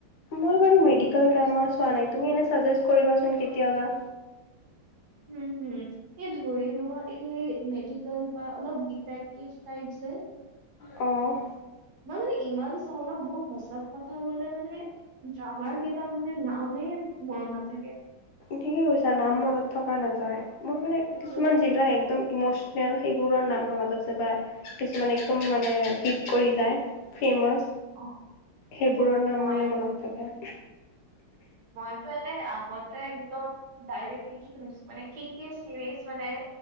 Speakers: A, on the left (about 80°); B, on the right (about 60°).
A: মই বাৰু মেডিকেল
B: উম
A: ড্ৰামা চোৱা নাই তুমি এনে চাজেষ্ট কৰিবাচোন কেতিয়াবা?
B: <unintelligible> এ ধৰি লোৱা এই মেডিকেল বা অলপ ডিটাইপকিভ টাইপ যে।
A: অ',
B: মই মানে ইমান চাওঁ ন' মোৰ সঁচা কথা কবলে মানে ড্ৰামা কেইটাৰ মানে নামে মনত নাথাকে।
A: ঠিকে কৈছা
B: ইমান
A: নাম মনত
B: চাও
A: থকা নাযায় মোৰ মানে
B: তাকে
A: কিছুমান যিবিলাক একদম ইমশনেল সেইবোৰৰ নামত আছে বা কিছুমান একদম মানে হিট কৰি যায়। ফেমাচ
B: অ
A: সেইবোৰৰ নাম
B: মই
A: মানে মনত থাকে।
B: মইতো এনে আগতে একদম ডাইৰেক লিখি থৈছো মানে কি- কি চিৰিজ মানে